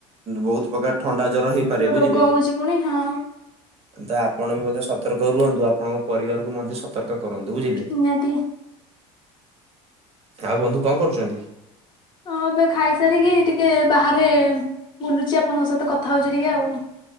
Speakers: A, on the right; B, on the left.
A: ବହୁତ ପ୍ରକାର ଥଣ୍ଡା ଜର ହେଇପାରେ
B: ହଁ ରୋଗ
A: ବୁଝିଲେ।
B: ହଉଛି ପୁଣି ହଁ
A: ତ ଆପଣ ବି ମଧ୍ୟ ସତର୍କ ରୁହନ୍ତୁ। ଆପଣଙ୍କ ପରିବାରକୁୁ ମଧ୍ୟ ସତର୍କ କରନ୍ତୁ ବୁଝିଲେ।
B: ନିହାତି
A: ଆଉ ବନ୍ଧୁ କଣ କରୁଛନ୍ତି?
B: ହଁ ଏବେ ଖାଇସାରିକି ଟିକେ ବାହାରେ ବୁଲୁଚି ଆପଣଙ୍କ ସହିତ କଥା ହଉଛି ଟିକେ ଆଉ।